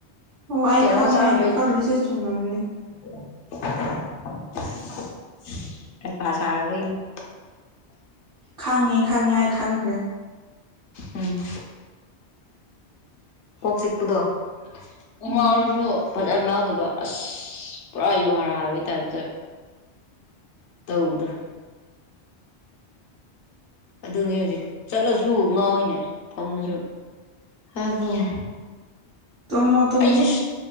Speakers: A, on the right; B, on the left.
A: ꯑꯣ ꯑꯩ
B: ꯀꯩꯅꯣ
A: ꯈꯪꯉꯦ
B: ꯆꯥꯔꯨꯕꯩꯅꯦ
A: ꯑꯩꯅ ꯈꯜꯂꯤꯁꯦ ꯆꯨꯝꯔꯝꯅꯤ
B: <unintelligible> ꯍꯩꯄꯥ ꯁꯥꯔꯨꯕꯩꯅꯤ
A: ꯈꯪꯉꯦ ꯈꯪꯉꯦ ꯑꯩ ꯈꯪꯈ꯭ꯔꯦ
B: ꯎꯝ ꯀꯣꯛ ꯆꯤꯛꯄꯗꯣ ꯀꯣꯛ
A: ꯎꯝ
B: ꯉꯥꯎꯔꯁꯨ ꯐꯖꯅ ꯉꯥꯎꯗꯕ ꯑꯁ ꯄꯨꯔꯥ ꯌꯨꯍꯥꯔ ꯍꯥꯏꯕꯒꯤ ꯇꯥꯏꯞꯇ ꯇꯧꯕꯗꯣ ꯑꯗꯨꯅꯦ ꯍꯧꯖꯤꯛ ꯆꯠꯂꯁꯨ ꯉꯥꯎꯌꯤꯅꯦ ꯐꯝꯃꯁꯨ <unintelligible>
A: ꯇꯨꯝꯃꯣ ꯇꯨꯝꯃꯣ
B: <unintelligible>